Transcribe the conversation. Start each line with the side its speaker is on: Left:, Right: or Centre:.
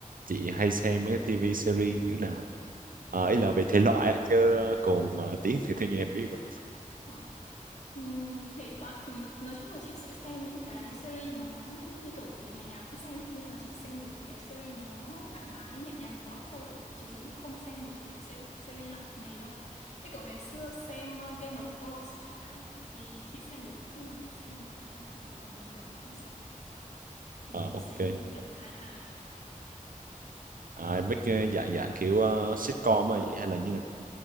Right: chị hay xem mấy cái TV series như thế nào? À, ý
Left: Thì
Right: là về thể loại á, chứ còn ờ, tiếng thì tự nhiên em biết rồi.
Left: ờ, Ừm, thể loại thì nói chung là chị sẽ xem những cái series mà nó như kiểu bởi vì ngày nào cũng xem ấy, nên là chỉ xem được những cái series mà nó thoải mái nhẹ nhàng đầu óc thôi chứ không xem được những cái se- series nặng nề đâu như kiểu ngày xưa xem ờ, Game of Thrones chẳng hạn ấy thì thì xem được nhưng mà chỉ xem trong một thời gian ngắn còn bình thường thì không xem bình
Right: Ờ,
Left: thường
Right: ok.
Left: xem kiểu hài hài
Right: À, mấy cái dạng dạng kiểu ờ, sitcom mà vậy hay là như nào?